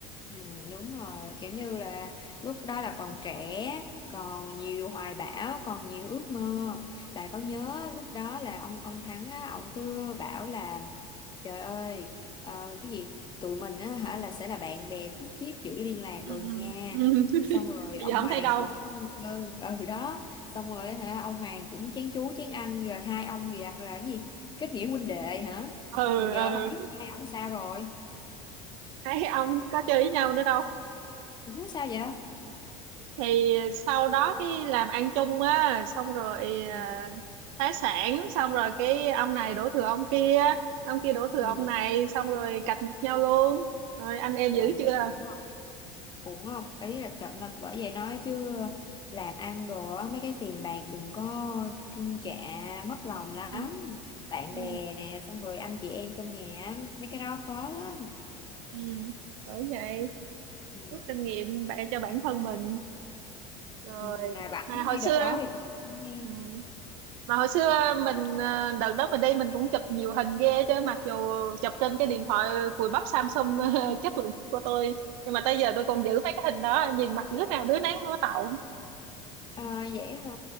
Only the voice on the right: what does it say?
ừ.
ừ. Ừ. <laughs>
bây giờ không
thấy đâu
ừ
ừ
thấy ông có chơi với nhau nữa đâu
thì sau đó cái làm ăn chung á xong rồi ờ,
phá sản xong rồi cái ông này đổ thừa ông kia ông kia đổ thừa
ông này xong rồi cạch mặt nhau luôn rồi anh em
dữ chưa
ừ
ừ
ừ bởi vậy
rút kinh nghiệm bạn cho bản thân mình rồi
mà hồi
xưa
ừ. mà hồi xưa mình ờ, đợt đó mình đi mình cũng chụp nhiều hình ghê chứ mặc dù chụp trên cái điện thoại cùi bắp Samsung <laughs> chất lượng thấp của tôi nhưng mà tới giờ tôi còn giữ mấy cái hình đó nhìn mặt đứa nào đứa nấy mua tậu